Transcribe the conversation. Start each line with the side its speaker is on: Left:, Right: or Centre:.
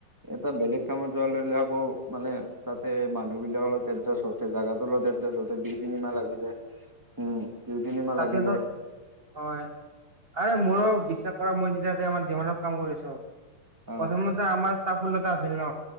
Centre: এটা বেলেগ কামত যোৱা লৈলে আকৌ মানে তাতে মানুহ বিলাক অলপ এডজাষ্ট হওঁতে জাগাটো লওঁতে ত ততে দুই, তিনি মাহ লাগি যায়। উম। দুই তিনিমাহ
Right: তাতে
Centre: লাগি
Right: ত
Centre: যায়
Right: হয় আৰে মোৰো বিশ্বাস কৰা। মই যেতিয়া তে আমাৰ যে জেমেনত কাম কৰিছোঁ
Centre: অ
Right: প্ৰথমতে আমাৰ তাৰ ষোল্লটা আছিল ন?